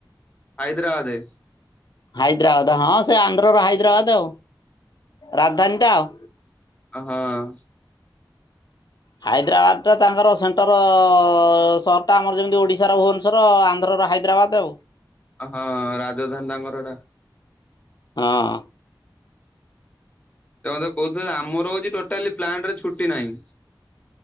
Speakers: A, on the left (about 20°); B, on the left (about 65°).
A: ହାଇଦ୍ରାବାଦେ।
B: ହାଇଦ୍ରାବାଦ ହଁ ସେ ଆନ୍ଧ୍ରର ହାଇଦ୍ରାବାଦ ଆଉ ରାଜଧାନୀ ଟା ଆଉ।
A: ହଁ
B: ହାଇଦ୍ରାବାଦ ଟା ତାଙ୍କର ସେଣ୍ଟର ସହର ଟା ଆମର ଯେମିତି ଓଡ଼ିଶା ର ଭୁବନ ର ଆନ୍ଧ୍ରର ହାଇଦ୍ରାବାଦ ଆଉ।
A: ହଁ ରାଜଧାନୀ ତାଙ୍କର ହେଇଟା।
B: ହଁ
A: <unintelligible> କହୁଥିଲେ ଆମର ହଉଛି ଟୋଟାଲି ପ୍ଲାଣ୍ଟରେ ଛୁଟି ନାହିଁ।